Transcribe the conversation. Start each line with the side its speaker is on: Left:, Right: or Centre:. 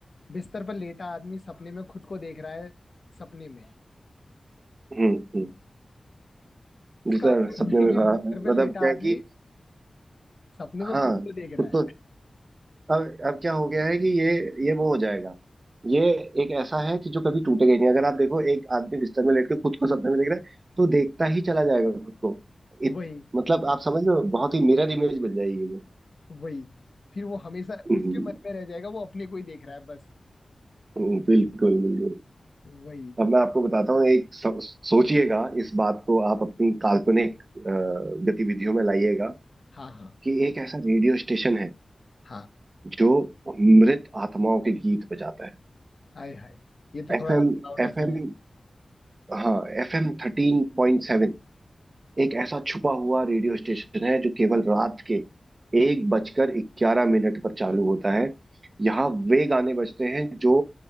Left: बिस्तर पर लेटा आदमी सपने में खुद को देख रहा है सपने में
Right: हम्म हम्म
Left: इसका
Right: जैसे
Left: मतलब
Right: सपने
Left: ये है
Right: में
Left: कि
Right: कहा
Left: बिस्तर पर
Right: मतलब
Left: लेटा
Right: क्या है
Left: आदमी
Right: कि
Left: सपने
Right: हाँ
Left: में खुद को देख
Right: खुद
Left: रहा है
Right: को अब अब क्या हो गया है कि ये ये वो हो जाएगा ये एक ऐसा है कि जो कभी टूटेगा ही नहीं अगर आप देखो एक आदमी बिस्तर में लेट के खुद को सपने में देख रहा है तो देखता ही चला जाएगा खुद को इत,
Left: वही
Right: मतलब आप समझ रहे हो बहुत ही मिरर इमेज बन जाएगी वो
Left: वही फिर वो हमेशा
Right: हम्म,
Left: उसके मन में रह जाएगा वो अपने को ही देख रहा है बस
Right: हम्म, बिल्कुल बिल्कुल
Left: वही
Right: अब मैं आपको बताता हूँ एक सो, सोचिएगा इस बात को आप अपनी काल्पनिक अ, गतिविधियों में लाइएगा
Left: हाँ हाँ
Right: कि एक ऐसा रेडियो स्टेशन है
Left: हाँ
Right: जो मृत आत्माओं के गीत बजाता है
Left: आय हाय ये तो
Right: एफएम
Left: थोड़ा डरावना
Right: एफएम
Left: सा है
Right: हाँ F M thirteen point seven एक ऐसा छुपा हुआ रेडियो स्टेशन है जो केवल रात के एक बजकर ग्यारह मिनट पर चालू होता है यहाँ वे गाने बजते हैं जो